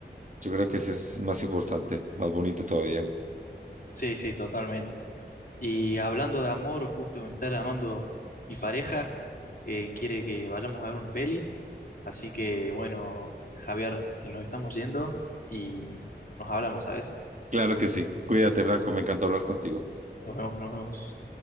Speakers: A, on the right; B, on the left.
A: Yo creo que ese es más importante, más bonito todavía.
B: Sí, sí, totalmente. Y hablando de amor, justo me está llamando mi pareja, eh, quiere que vayamos a ver una peli. Así que bueno, Javier, eh, nos estamos yendo y nos hablamos, ¿sabes?
A: Claro que sí. Cuídate, Franco, me encantó hablar contigo.
B: Nos vemos, nos vemos.